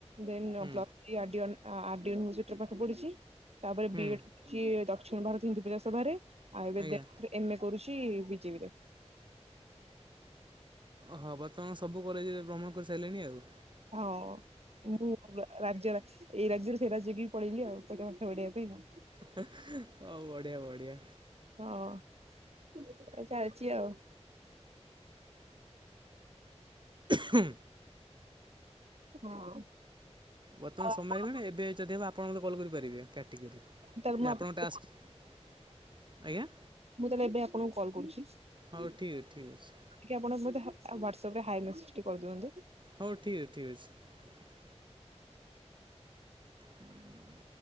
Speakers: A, on the right (about 60°); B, on the right (about 45°).
A: ଦେନ୍
B: ହୁଁ
A: ପ୍ଲ ଆ ଆର୍ ଡି ୟୁନିଭର୍ସ ପଢିଚି ତାପରେ
B: ହୁଁ
A: ବିଡ ଦକ୍ଷିଣ ଭାରତ ହିନ୍ଦୀ <unintelligible> ଆୟୁର୍ବେଦ
B: ଆଜ୍ଞା
A: ଏମ ଏ କରୁଚି ବିଜେପିରେ।
B: ହଁ ବର୍ତ୍ତମାନ ସବୁ କଲେଜରେ ଭ୍ରମଣ କରିସାରିଲେଣି ଆଉ।
A: ହଁ ମୁଁ ରାଜ୍ୟ ଏଇ ରାଜ୍ୟରୁ ସେ ରାଜ୍ୟ କି ପଳେଇଲି ସେଠି ପାଠ ପଢିବା ପାଇଁ ଆଉ।
B: ହଉ ବଢିଆ ବଢିଆ।
A: ହଁ ଚାଲିଚି ଆଉ।
B: ହଁ।
A: ହଁ।
B: ବର୍ତ୍ତମାନ
A: ଆଉ
B: ସମୟ
A: ଆପଣ
B: ହେଇଗଲାଣି ଏବେ ଯଦି ହବ ଆପଣମତେ କଲ କରିପାରିବେ। ଟିକେ
A: ତାହେଲେ
B: ଯେ
A: ମୁଁ ଆପଣଙ୍କୁ
B: ଆପଣଙ୍କ ଟାସ୍କ ଆଜ୍ଞା
A: ମୁଁ ତାହେଲେ ଏବେ ଆପଣଙ୍କୁ କଲ୍ କରୁଚି। ଟିକେ
B: ହଉ ଠିକ୍ ଠିକ୍ ଅଛି
A: ଆପଣ ମତେ ୱାଟସପ୍ ରେ ହାଏ ମେସେଜ୍ ଟେ କରିଦିଅନ୍ତୁ।
B: ହଉ ଠିକ୍ ଅଛି ଠିକ୍ ଅଛି। ହୁଁ।